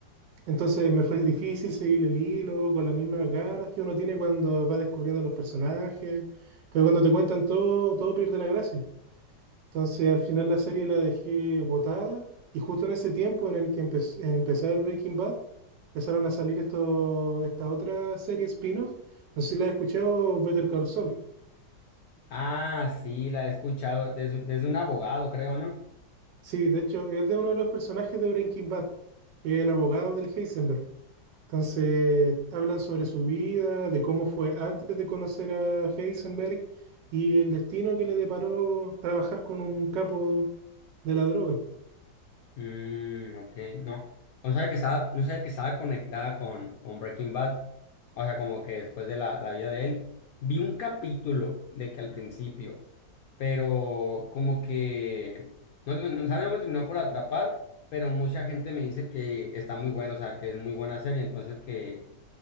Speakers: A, on the right (about 75°); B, on the left (about 70°).
A: Entonces me fue difícil seguir el hilo con las mismas ganas que uno tiene cuando va descubriendo los personajes, pero cuando te cuentan todo, todo pierde la gracia. Entonces al final la serie la dejé botada y justo en ese tiempo en el que empecé, empecé a ver Breaking Bad, empezaron a salir esto, esta otra serie spin-off. No sé si la has escuchado, Better Call Saul.
B: Ah, sí, la he escuchado desde, desde un abogado, creo, ¿no?
A: Sí, de hecho es de uno de los personajes de Breaking Bad, que es el abogado del Heisenberg. Entonces hablan sobre su vida, de cómo fue antes de conocer a Heisenberg y el destino que le deparó trabajar con un capo de la droga.
B: Mm, ok, no. No sabía que estaba, no sabía que estaba conectada con, con Breaking Bad. O sea, como que después de la, la vida de él. Vi un capítulo de que al principio, pero como que, no, te- no, ¿sabe? No me terminó por atrapar, pero mucha gente me dice que está muy bueno, o sea, que es muy buena serie, entonces que